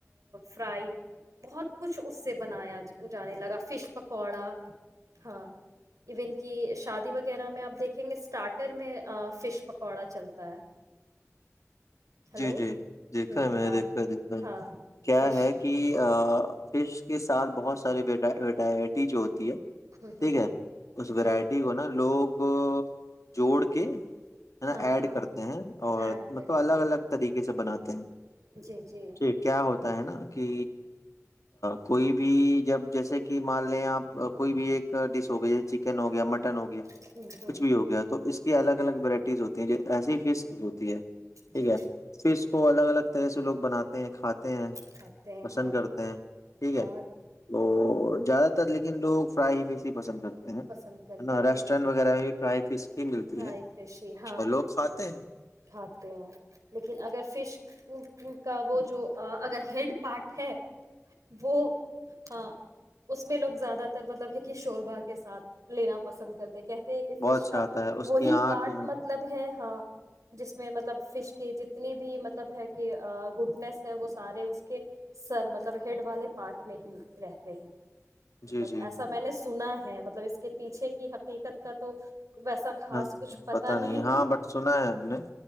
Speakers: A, on the right; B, on the left.
A: فرائی بہت کچھ اس سے بنایا جانے لگا فش پکوڑا ہاں ایون کہ شادی وغیرہ میں آپ دیکھیں گے اسٹارٹر میں فش پکوڑا چلتا ہے ہلو
B: جی جی دیکھا
A: ہ
B: ہے میں
A: ہاں
B: دیکھا دیکھا
A: ہاں
B: کیا
A: فش
B: ہے کہ ا پ <unintelligible> کے ساتھ بہت
A: ہ
B: سارےٹا بی ڈائبٹیج ہوتی ہے
A: ہ ہ
B: ٹھیک ہے اس ورائٹی
A: جی
B: کو نا لوگ جوڑ کے ہے نا
A: ہاں
B: ایڈ
A: ہاں
B: کرتے ہیں اور
A: ایڈ کرتے
B: مطلب الگ
A: ہیں
B: الگ طریقے سے بنات جھ
A: جی جی
B: کیا ہوتا ہے نا کہ کوئی بھی جب جیسے کہ مان لےیں آپ کوئی بھی ایک ڈش ہو گیا جیسے چکن ہو گیا مٹن ہو گیا
A: ہ ہ
B: کچھ بھی ہو گیا تو اس کی
A: جی
B: الگ الگ ورائٹی ہوتی ہیں جو ایسسی ہی فس ہوتی ہے ٹھیک
A: جی
B: ہے کو الگ الگ طرح سے لوگ بنات ہیں <unintelligible> ہیں کھاتے ہیں
A: کھاتے ہیں
B: پسند
A: ہاں
B: کرتے ہیں ٹھیک ہے
A: اور
B: <unintelligible> تو زیادہ تر لیکن لوگ فرائی ہی فش ہی پسند کرتے <inaudible>
A: پسند کرتے
B: نا
A: ہیں
B: ریسٹورینٹ
A: بالکل
B: وغیرہ میں بھی فرائی فش ہی ملتی
A: فرائی
B: ہے
A: فش ہی ہاں
B: اور لوگ کھاتے ہیں
A: کھاتے ہیں لیکن اگر <inaudible> فش کا وہ جو اگر ہیڈ پارٹ ہے وہ ہاں اس میں لوگ زیادہ تر مطلب ہے کہ شور باغ <inaudible> کے ساتھ لینا پسند کرتے <inaudible> کہتے ہیں کہ فش
B: بہت اچھا
A: کا
B: آتا ہے اس
A: وہی
B: کی
A: پارٹ
B: آنکھ جو-
A: مطلب ہے ہاں <inaudible> جس میں مطلب فش کی جتنی بھی مطلب ہے کہ گڈنیس ہے وہ سارے اس کے سر مطلب ہیڈ والے پارٹ میں ہی رہتے ہیں <unintelligible> مطلب
B: جی جی
A: ایسا میں نے <unintelligible> سلہ <inaudible> ہ ب <inaudible> اس کے پیچھے کی حقیقت کا <inaudible> تو <inaudible> خاص
B: ہاں
A: کچھ
B: پتا نہیں ہاں
A: ہے
B: بٹ سنا ہے اب نے